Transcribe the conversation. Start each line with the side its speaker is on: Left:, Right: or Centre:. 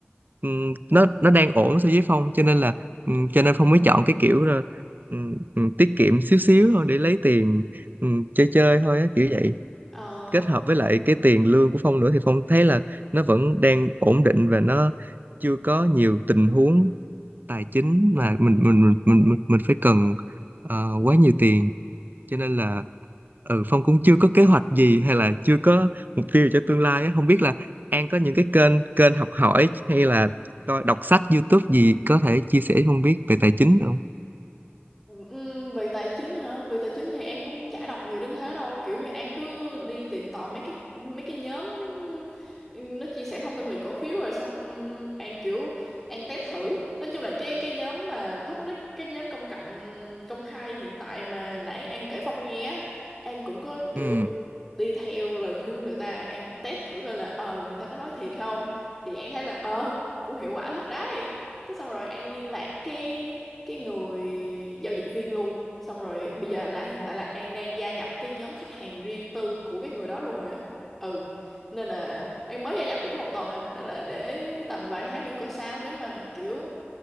Right: ừm, nó nó đang ổn so với Phong cho nên là ừm, cho nên Phong mới chọn cái kiểu là ừm, ừm, tiết kiệm xíu xíu thôi để lấy tiền ừm, chơi chơi thôi á, kiểu vậy
Centre: Ờ
Right: kết hợp với lại cái tiền lương của Phong nữa thì Phong thấy là nó vẫn đang ổn định và nó chưa có nhiều tình huống tài chính mà mình mình mình mình mình mình phải cần ờ, quá nhiều tiền cho nên là ừ Phong cũng chưa có kế hoạch gì hay là chưa có mục tiêu cho tương lai á không biết là An có những cái kênh kênh học hỏi hay là coi đọc sách YouTube gì có thể chia sẻ cho Phong biết về tài chính được không
Centre: Ừm, về tài chính hả? Về tài chính thì An cũng chả đọc nhiều đến thế đâu. Kiểu như An cứ đi tìm tòi mấy cái mấy cái nhóm ừm, nó chia sẻ thông tin về cổ phiếu rồi xong An kiểu An test thử. Nói chung là cái cái nhóm mà public, cái nhóm công cộng công khai hiện tại mà nãy An kể Phong nghe á, An cũng có kiểu
Right: ừ
Centre: đi theo lời khuyên của người ta, An test thử coi là ờ người ta có nói thiệt không. Thì An thấy là ờ cũng hiệu quả thật đấy. Cái xong rồi An liên lạc cái cái người giao dịch viên luôn xong rồi bây giờ là hiện tại là An đang gia nhập cái nhóm khách hàng riêng tư của cái người đó luôn rồi á ừ nên là em mới gia nhập được có một tuần à nên là để tầm vài tháng nữa coi sao nếu mà kiểu